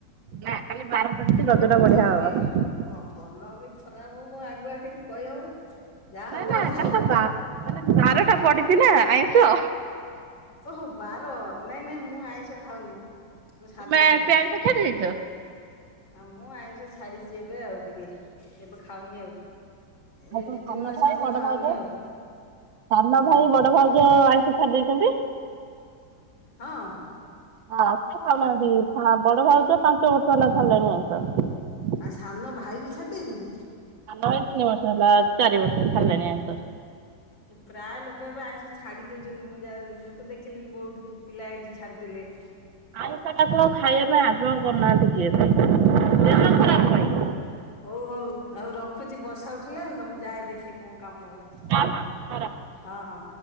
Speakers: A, on the right; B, on the left.
A: ନା କାଲି ବାର ପଡିଛିି
B: ହଉ
A: ରଜ ଟା
B: ଭଲ
A: ବଢିଆ ହବ।
B: ବି ହଁ ଭଲ ହବ ଖରାପ ହବ ଆଗୁଆ କେମତି କହିହବ? ଯାହା
A: ନା
B: ହବ
A: ନା
B: ହବ
A: କାଲି
B: ଆଉ।
A: ବା ମାନେ ବାରଟା ପଡିଛି ନା ଆଇଁଷ।
B: ଓହୋ ବାର ନାଇଁ ନାଇଁ ମୁଁ ଆଇଁଷ ଖାଉନି। ମୁଁ ସାଧାପାଟି।
A: ତମେ ଏବେ ଆଇଁଷ ଛାଡି ଦେଇଛ?
B: ଆଉ ମୁଁ ଆଇଁଷ ଛାଡିଛି ଏବେ ଆଉ ଟିକେ। ଏବେ ଖାଉନି ଆଉ। ଏଇ
A: ଆଉ ତୋ
B: ଦିଇ
A: ସାନ
B: ତିନି ମାସ
A: ଭାଇ
B: ହବ
A: ବଡ଼
B: ଖାଉନି
A: ଭାଉଜ
B: ଆଉ।
A: ସାନ
B: ହଁ
A: ଭାଇ ବଡ ଭାଇଜ ଆଇଁଷ ଛାଡି ଦେଇଛନ୍ତି।
B: ହଁ।
A: ହଁ ଖାଉନାହାନ୍ତି। ବଡ ଭାଉଜ ପାଞ୍ଚ ବର୍ଷ ହେଲା ଛାଡ଼ିଲେଣି ଆଇଁସ।
B: ଆଉ ସାନ ଭାଇ ବି ଛାଡ଼ି ଦେଇଛନ୍ତି?
A: ହଁ ତିନି ବର୍ଷ ହେଲା ଚାରି ବର୍ଷ ଛାଡ଼ିଲେଣି ଆଇଁସ।
B: ପ୍ରାୟ ଲୋକ ଏବେ ଆଇଁସ ଛାଡି ଦଉଛନ୍ତି। ମୁଁ ଯାହା ମୁଁ ତ ଦେଖିଲିଣିି ବହୁତ ପିଲା ଏଇଠି ଛାଡିଦେଲେଣି। <unintelligible>
A: ଆଇଁସଟାକୁ ଆଉ ଖାଇବା ପାଇଁ ଆଗ୍ରହ କରୁନାହାନ୍ତି କିଏ ବି।
B: ହଁ
A: ଦେହ
B: ହଁ
A: ଖରାପ ପାଇଁ
B: ହଉ ହଉ ଆଉ ରଖୁଛି ବସା ଉଠିଲାଣି ତ ମୁଁ ଯାଏ ଦେଖେ କଣ କାମ ହେଲାନି।
A: ଖରାପ
B: ହଁ ହଁ।